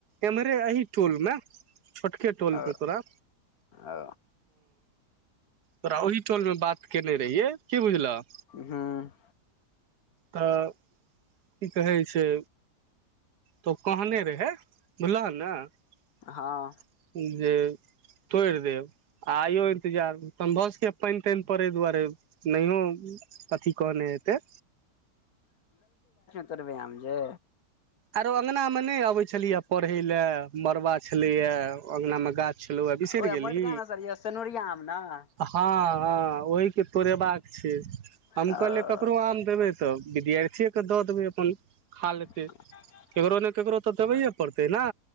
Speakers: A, on the right; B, on the left.
A: एम्हरे एह टोल मे छोटके टोल
B: ओ
A: पे तोरा
B: ओ
A: तोरा ओहि टोल में बात केने रहिये की बुझलह
B: हँ
A: तऽ की कहै छै तऽ कहने रहै बुझलह ने
B: हँ
A: जे तोड़ि देब आइयो इन्तजार समभषके पानि तानि पड़ै दुआरे नहियो अथी कहने हेतै
B: उतरब्यायाम जे
A: आरो अंगना मे नहि अबैत छलियए पढ़ै लए मरबा छलैएा अंगनामे गाछ चलू अ बिसेर
B: ओह
A: गेली
B: मोटका ने सर य सनोरिया आम ने
A: हँ हँ ओहि के तोड़ेबाक छै हम
B: अ
A: कहलियै ककरो आम देबै तऽ विद्यार्थिएके दऽ देबै अपन खा लेतै
B: <inaudible>
A: केकरो ने ककरो तऽ देबैए पड़तै ने